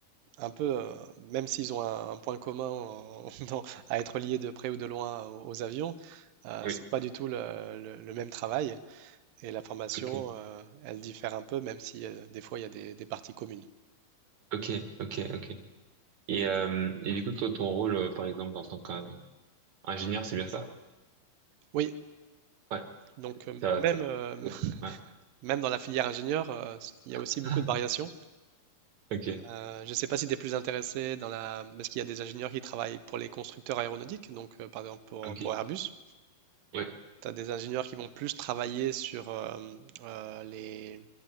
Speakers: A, on the right; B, on the right.
A: Un peu, euh, même s'ils ont un, un point commun en- <laughs> dans- à être liés de près ou de loin aux, aux avions, euh,
B: Oui,
A: c'est pas du tout le, le- le même travail. Et la formation,
B: ok.
A: euh, elle diffère un peu, même si euh, des fois il y a des, des parties communes.
B: Ok, ok, ok. Et, euh, et du coup, toi, ton rôle, euh, par exemple, en tant qu'ingénieur, c'est bien ça?
A: Oui,
B: Ouais.
A: donc euh,
B: Ça,
A: même,
B: ça,
A: euh,
B: ça-
A: <laughs>
B: ouais.
A: même dans la filière ingénieur, euh, il y a aussi
B: <laughs>
A: beaucoup de variations.
B: Ok,
A: Euh, je ne sais pas si tu es plus intéressé dans la... parce qu'il y a des ingénieurs qui travaillent pour les constructeurs aéronautiques, donc euh, par exemple pour,
B: ok.
A: pour Airbus,
B: Oui,
A: Tu as des ingénieurs qui vont plus travailler sur euh, euh, les,